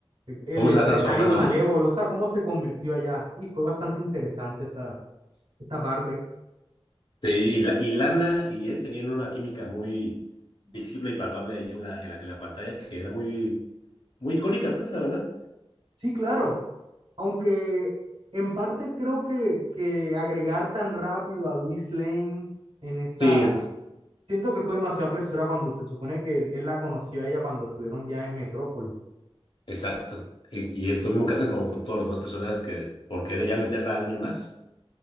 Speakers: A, on the right; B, on the left.
A: el,
B: Cómo
A: empresario
B: se va transformando,
A: malévolo,
B: ¿no?
A: o sea, cómo se convirtió allá. Sí, fue bastante interesante esa, esta parte.
B: Sí, y, la- y Lana y él tenían una química muy visible y palpable ahí en la, en la, en la pantalla que era muy, muy icónica, pues, la verdad.
A: Sí, claro, aunque en parte creo que, que agregar tan rápido a Luis Lane en esta...
B: Sí,
A: Siento que fue demasiado apresurado cuando se supone que él, él la conoció a ella cuando estuvieron ya en Metrópolis.
B: exacto. Y y es lo mismo que hacen como con todos los demás personajes que por querer ya meterla a alguien más.